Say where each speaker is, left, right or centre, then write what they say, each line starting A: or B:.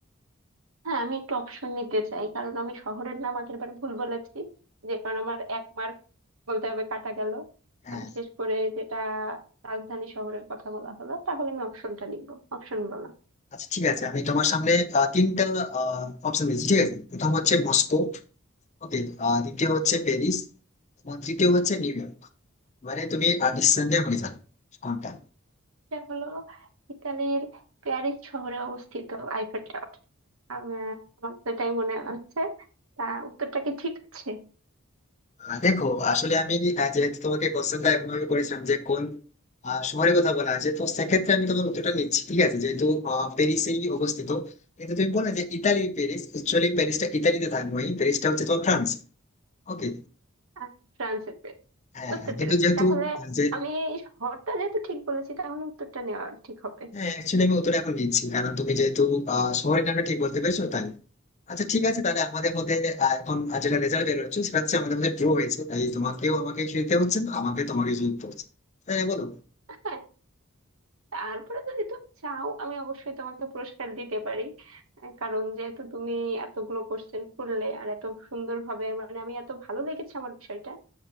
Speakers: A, on the right (about 85°); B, on the left (about 35°).
A: হ্যাঁ আমি একটু অপশন নিতে চাই কারণ আমি শহরের নাম আগের বার ভুল বলেছি যে কারণ আমার এক মার্ক বলতে হবে কাটা গেল
B: হ্যাঁ
A: আর বিশেষ করে যেটা রাজধানী শহরের কথা বলা হলো তাহলে আমি অপশনটা লিখবো অপশন বলো
B: আচ্ছা ঠিক আছে আমি তোমার সামনে আহ, তিনটা অপশন দিচ্ছি ঠিক আছে প্রথম হচ্ছে মস্কো ওকে দ্বিতীয় হচ্ছে প্যারিস এবং তৃতীয় হচ্ছে নিউ ইয়র্ক মানে তুমি ডিসিশন নিয়ে আমাকে জানো কোনটা
A: এটা হলো ইতালির প্যারিস শহরে অবস্থিত আইফেল টাওয়ার আমার আমার তো এটাই মনে হচ্ছে তা উত্তরটা কি ঠিক আছে
B: আহ, দেখো আসলে আমি আহ, যেহেতু তোমাকে কোশ্চেনটা এমন ভাবে করেছিলাম যে কোন আহ, শহরের কথা বলা আছে তো সেক্ষেত্রে আমি তোমার উত্তরটা নিচ্ছি ঠিক আছে যেহেতু আহ, প্যারিসেই অবস্থিত কিন্তু তুমি বললে যে ইতালির প্যারিস অ্যাকচুয়ালি প্যারিসটা ইতালিতে থাকবে প্যারিসটা হচ্ছে তোমার ফ্রান্স ওকে
A: আচ্ছা ফ্রান্সের প্যারিস
B: হ্যাঁ
A: বুঝতে
B: হ্যাঁ, কিন্তু
A: পেরেছি
B: যেহেতু
A: তাহলে
B: আহ, যে
A: আমি এই শহরটা যেহেতু ঠিক বলেছি তাহলে উত্তরটা নেওয়া ঠিক হবে
B: হ্যাঁ অ্যাকচুয়ালি আমি উত্তরটা এখন নিচ্ছি কারণ তুমি যেহেতু আহ, শহরের নামটা ঠিক বলতে পেরেছো তাই আচ্ছা ঠিক আছে তাহলে আমাদের মধ্যে আহ, এখন আহ, যেটা রেজাল্ট বেরোচ্ছে সেটা হচ্ছে আমাদের মধ্যে ড্র হয়েছে তাই তোমাকেও আমাকে জিততে হচ্ছে না আমাকে তোমাকে জিততে হচ্ছে তাই না, বলো
A: হ্যাঁ তারপরে যদি তুমি চাও আমি অবশ্যই তোমাকে পুরস্কার দিতে পারি আহ, কারণ যেহেতু তুমি এতগুলো কোশ্চেন করলে আর এত সুন্দরভাবে মানে আমি এত ভালো লেগেছে আমার বিষয়টা